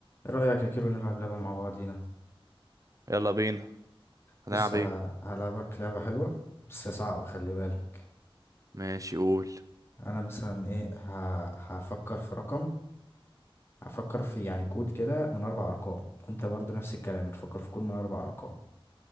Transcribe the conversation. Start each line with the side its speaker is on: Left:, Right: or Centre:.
Left: ايه رأيك يا كيرو نلعب لعبة مع بعضينا
Right: يلا بينا هنلعب
Left: بص ه-
Right: ايه
Left: هلعبك لعبة حلوة بس صعبة خلي بالك
Right: ماشي قول
Left: انا مثلا ايه ه... هفكر في رقم هفكر في يعني كود كده من اربع ارقام وانت برضو نفس الكلام هتفكر في كود من اربع ارقام